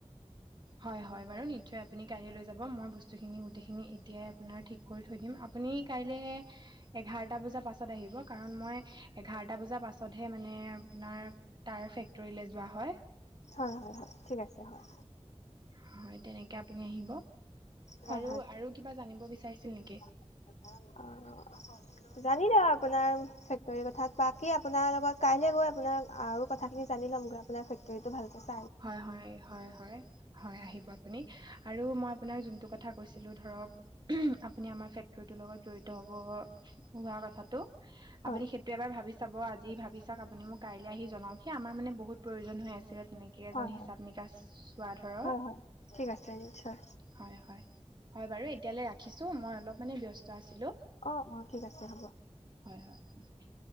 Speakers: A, on the right; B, on the left.
A: হয় বাৰু নিশ্চয় আপুনি কাইলে লৈ যাব মই বস্তুখিনি গোটেইখিনি এতিয়াই আপোনাৰ ঠিক কৰি থৈ দিম আপুনি কাইলে এঘাৰটা বজাৰ পাছত আহিব কাৰণ মই এঘাৰটা বজাৰ পাছতহে মানে আপোনাৰ তাৰ ফেক্টৰীলৈ যোৱা হয়।
B: হয়', - হয়', - হয়', ঠিক আছে হয়।
A: হয়', তেনেকে আপুনি আহিব
B: হয়
A: আৰু আৰু কিবা জানিব বিচাৰিছে নেকি?
B: অঁ! জানিলো আপোনাৰ ফেক্টৰীৰ কথা বাকী আপোনাৰ লগত কাইলৈ গৈ আপোনাৰ আৰু কথাখিনি আমি জানি লম গৈ আপোনাৰ ফেক্টৰীটো ভালকে
A: হয়', -হয়', -হয়', -হয়', -হয়', - আহিব আপুনি অ', আৰু মই আপোনাক যোনটো কথ কথা কৈছিলোঁ ধৰক হ'ম', আপুনি আমাৰ ফেক্টৰীটোৰ লগত জড়িত হ'ব হোৱা কথাটো
B: হয়
A: আপুনি সেইটো এবাৰ ভাবি চাব আজি যি ভাবি চাওঁক আপুনি মোক কাইলৈ আহি জনাওকহি আমাৰ মান বহুত প্ৰয়োজন হৈ আছিলে ইয়াত তেনেকে এজন
B: হয়
A: হিচাপ
B: হয়
A: নিকাচ চোৱা ধৰক
B: হয় হয় ঠিক আছে নিশ্চয়
A: হয়', - হয়', - হয়', বাৰু এতিয়ালৈ ৰাখিছোঁ মই অল অলপ মানে ব্যস্ত আছিলোঁ
B: অ অ ঠিক আছে হ'ব
A: হয়', -হয়',